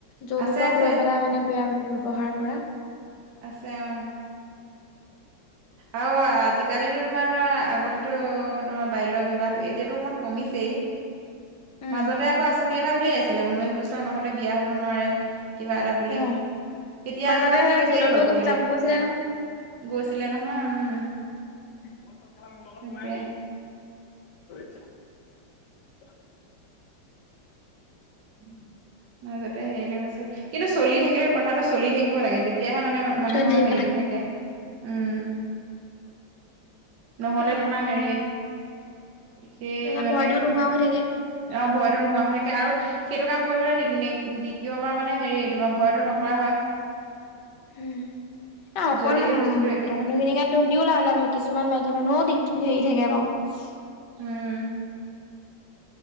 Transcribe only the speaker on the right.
আছে আছে
আছে অহ। আৰু আজিকালি তোমাৰ আগতেতো তোমাৰ বাল্য বিবাহ। এতিয়াতো অকমান কমিছেই।
মাজতে আকৌ আঁচনি এটা উলিয়াইছিলে ঊনৈশ বছৰ নহ'লে বিয়া হ'ব নোৱাৰে। কিবা এটা বুলি।
এতিয়া
আকৌ দেখোন
একেই
হৈ পৰিলে।
গৈছে ছিলে নহয়, উম।
তাকে
উম'। মাজতে হেৰি লৈ গৈছিলে, কিন্তু চলি থাকিলে প্ৰথাটো চলি থাকিব লাগে তেতিয়াহে মানে মানুহৰ
হেৰিতটো
থাকে। থাকে উম। নহ'লে
তোমাৰ
হেৰি সেই
মানে।
অহ,
ভয়টো নোহোৱা হৈ থাকে আৰু। সেইটো কাম কৰিবলৈ দ্বিতীয়বাৰ মানে হেৰি তোমাৰ ভয়টো নকৰা হয়।
যদি সেই বস্তুটো
একে
উম,